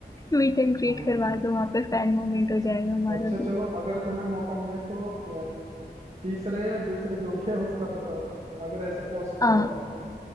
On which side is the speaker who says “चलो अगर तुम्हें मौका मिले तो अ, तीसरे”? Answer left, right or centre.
Right